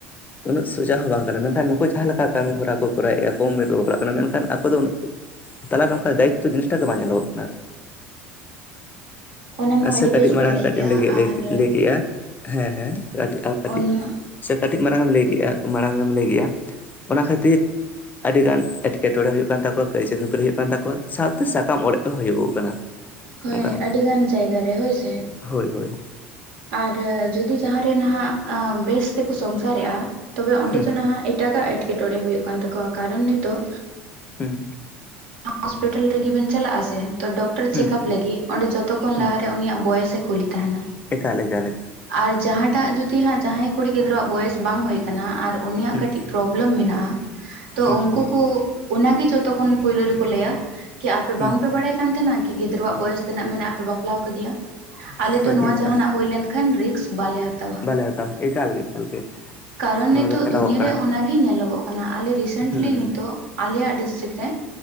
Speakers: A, on the left; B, on the right.
A: ᱩᱱᱟᱹᱜ <unintelligible> ᱥᱚᱡᱟ ᱦᱚᱸ ᱵᱟᱝ ᱠᱟᱱᱟ ᱢᱮᱱᱠᱷᱟᱱ ᱱᱩᱠᱩ ᱡᱟᱦᱟᱸ ᱞᱮᱠᱟ ᱠᱟᱹᱢᱤ ᱦᱚᱨᱟ ᱠᱚᱨᱟᱣᱮᱫᱼᱟ ᱠᱚᱢ ᱩᱢᱮᱨ ᱠᱚ ᱵᱟᱯᱞᱟᱜ ᱠᱟᱱᱟ ᱢᱮᱱᱠᱷᱟᱱ ᱟᱠᱚ ᱫᱚ ᱛᱟᱞᱟᱨᱮ ᱚᱱᱠᱟ ᱫᱟᱭᱤᱛᱛᱚ ᱡᱤᱱᱤᱥ ᱴᱟᱜ ᱜᱮ ᱵᱟᱝ ᱧᱮᱞᱚᱜᱚᱜ ᱠᱟᱱᱟ
B: ᱚᱱᱟ ᱢᱟ
A: ᱟᱪᱪᱷᱟ
B: ᱟᱹᱰᱤ
A: ᱠᱟᱹᱴᱤᱡ
B: ᱵᱮᱥ
A: ᱢᱟᱲᱟᱝ
B: ᱵᱮᱱ
A: ᱠᱟᱹᱴᱤᱡ
B: ᱠᱮᱜᱼᱟ
A: ᱮᱢ ᱞᱟᱹᱭ ᱠᱮᱫᱮᱜ-ᱟ
B: ᱟᱨ
A: <unintelligible> ᱦᱮᱸ ᱦᱮᱸ ᱟᱹᱰᱤ ᱟᱹᱰᱤ
B: ᱚᱱᱟ
A: ᱥᱮ ᱠᱟᱹᱴᱤᱡ ᱢᱟᱨᱟᱝ ᱮᱢ ᱞᱟᱹᱭ ᱠᱮᱫ-ᱟ ᱢᱟᱲᱟᱝ ᱮᱢ ᱞᱟᱹᱭ ᱠᱮᱫ-ᱟ ᱚᱱᱟ ᱠᱷᱟᱹᱛᱤᱨ ᱟᱹᱰᱤ ᱜᱟᱱ ᱮᱸᱴᱠᱮᱴᱚᱬᱮ ᱦᱩᱭᱩᱜ ᱠᱟᱱ ᱛᱟᱠᱚᱣᱟ ᱠᱟᱹᱭᱡᱟᱹ ᱠᱷᱟᱹᱯᱟᱹᱨᱤ ᱦᱩᱭᱩᱜ ᱠᱟᱱ ᱛᱟᱠᱚᱣᱟ ᱥᱟᱶᱛᱮ ᱥᱟᱠᱟᱢ ᱚᱲᱮᱡ ᱦᱚᱸ ᱦᱩᱭᱩᱜ ᱠᱟᱱᱟ
B: ᱦᱳᱭ
A: ᱚᱱᱠᱟᱱ
B: ᱟᱹᱰᱤ ᱜᱟᱱ ᱡᱟᱭᱜᱟ ᱨᱮ ᱦᱳᱭ ᱥᱮᱮ
A: ᱦᱳᱭ ᱦᱳᱭ
B: ᱟᱨ ᱡᱩᱫᱤ ᱡᱟᱦᱟᱸᱨᱮ ᱱᱟᱦᱟᱜ ᱵᱮᱥ ᱛᱮᱠᱚ ᱥᱚᱝᱥᱟᱨᱮᱜ-ᱟ ᱛᱚᱵᱮ ᱚᱸᱰᱮ
A: ᱦᱩᱸ
B: ᱫᱚ ᱱᱟᱦᱟᱜ ᱮᱴᱟᱜᱟᱜ ᱮᱸᱴᱠᱮᱴᱚᱬᱮ ᱦᱩᱭᱩᱜ ᱠᱟᱱ ᱛᱟᱠᱚᱣᱟ ᱠᱟᱨᱚᱱ ᱱᱤᱛᱚᱜ
A: ᱦᱮᱸ
B: ᱦᱚᱥᱯᱤᱴᱟᱞ ᱨᱮᱜᱮᱵᱤᱱ ᱪᱟᱞᱟᱜ ᱟᱥᱮ ᱛᱚ ᱰᱚᱠᱴᱚᱨ
A: ᱦᱩᱸ
B: ᱪᱮᱠᱟᱯ ᱞᱟᱹᱜᱤᱫ ᱚᱸᱰᱮ ᱡᱚᱛᱚ ᱠᱷᱚᱱ
A: ᱦᱩᱸ
B: ᱞᱟᱦᱟᱨᱮ ᱩᱱᱤᱭᱟᱜ ᱵᱚᱭᱮᱥᱮ ᱠᱩᱞᱤ ᱛᱟᱦᱮᱱᱟ
A: ᱮᱠᱟᱞ ᱮᱠᱟᱞ ᱮᱠᱟᱞ
B: ᱟᱨ ᱡᱟᱦᱟᱸᱴᱟᱜ ᱡᱩᱫᱤ ᱦᱟᱸᱜ ᱡᱟᱦᱟᱸᱭ ᱠᱩᱲᱤ ᱜᱤᱫᱽᱨᱟᱹᱣᱟᱜ ᱵᱚᱭᱮᱥ ᱵᱟᱝ ᱦᱩᱭ ᱟᱠᱟᱱᱟ ᱟᱨ ᱩᱱᱤᱭᱟᱜ
A: ᱦᱩᱸ
B: ᱠᱟᱹᱴᱤᱡ ᱯᱨᱚᱵᱞᱮᱢ ᱢᱮᱱᱟᱜᱼᱟ ᱛᱚ
A: ᱦᱩᱸ
B: ᱩᱱᱠᱩ ᱠᱚ ᱚᱱᱟᱜᱮ ᱡᱚᱛᱚ ᱠᱷᱚᱱ ᱯᱳᱩᱭᱞᱳ ᱨᱮ ᱞᱟᱹᱭᱟ ᱠᱤ ᱟᱯᱮ
A: ᱦᱩᱸ
B: ᱵᱟᱝᱯᱮ ᱵᱟᱲᱟᱭ ᱠᱟᱱ ᱛᱟᱦᱮᱱᱟ ᱠᱤ ᱜᱤᱫᱽᱨᱟᱹᱣᱟᱜ ᱵᱚᱭᱮᱥ ᱛᱤᱱᱟᱹᱜ ᱢᱮᱱᱟᱜ-ᱟ ᱯᱮ ᱵᱟᱯᱞᱟᱣ ᱠᱟᱫᱮᱭᱟ ᱟᱞᱮ ᱫᱚ
A: ᱦᱳᱭ
B: ᱱᱚᱣᱟ
A: ᱮᱠᱟᱞ
B: ᱡᱟᱦᱱᱟᱜ ᱦᱩᱭ ᱞᱮᱱᱠᱷᱟᱱ ᱨᱤᱠᱥ ᱵᱟᱞᱮ ᱦᱟᱛᱟᱣᱟ ᱦᱟᱛᱟᱣᱟ
A: ᱵᱟᱞᱮ ᱦᱟᱛᱟᱣᱟ ᱮᱠᱟᱞ ᱜᱮ ᱮᱠᱟᱞ ᱜᱮ
B: ᱠᱟᱨᱚᱱ
A: ᱱᱚᱣᱟ
B: ᱱᱤᱛᱚᱜ
A: ᱫᱚ ᱧᱮᱞᱚᱜᱚᱜ
B: ᱫᱩᱱᱭᱟᱹ
A: ᱠᱟᱱᱟ
B: ᱨᱮ ᱚᱱᱟᱜᱮ ᱜᱮ ᱧᱮᱞᱚᱜᱚᱜ ᱠᱟᱱᱟ ᱟᱞᱮ ᱨᱤᱥᱮᱱᱴᱞᱤ
A: ᱦᱩᱸ
B: ᱱᱤᱛᱚᱜ ᱟᱞᱮᱭᱟᱜ ᱰᱤᱥᱴᱤᱠ ᱨᱮ